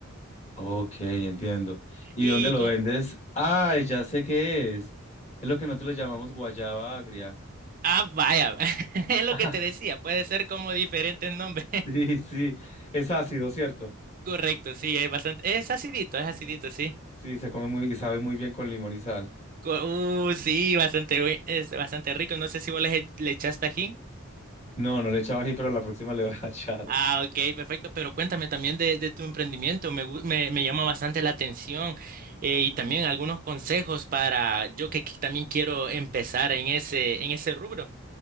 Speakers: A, on the left; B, on the right.
A: Ok, entiendo. ¿Y
B: Y
A: dónde lo
B: con...
A: vendes? Ay, ya sé qué es. Es lo que nosotros le llamamos guayaba agria.
B: Ah, vaya, <laughs> es lo
A: <laughs>
B: que te decía, puede ser como diferentes nombres.
A: Sí, sí, es ácido, ¿cierto?
B: Correcto, sí, es bastante, es acidito, es acidito, sí.
A: Sí, se come muy y sabe muy bien con limón y sal.
B: Co- Uh, sí, bastante, ri- es bastante rico. No sé si vos le, ech- le echás tajín.
A: No, no le echaba ají, pero la próxima le voy a <laughs> echar.
B: Ah, ok, perfecto. Pero cuéntame también de, de tu emprendimiento. Me, gu- me, me llama bastante la atención eh, y también algunos consejos para yo que qui- también quiero empezar en ese, en ese rubro.